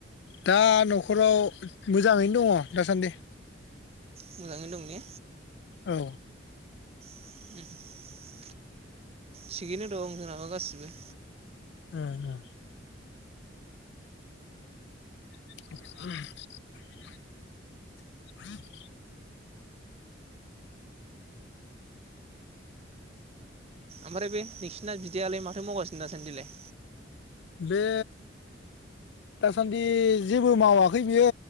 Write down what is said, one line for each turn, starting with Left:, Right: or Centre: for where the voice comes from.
Left: दा नखराव मोजाङैनो दङ दासान्दि
Right: मोजाङै दं ने
Left: औ
Right: <inaudible> थिगैनो दं‌ जोंनाबो गाससिबो
Left: ओ ओ औ <inaudible>
Right: ओमफ्राय बे नोंसिना बिदैयालाय माथो मावगासिनो दासान्दिलाय
Left: बे दासान्दि जेबो मावाखै बियो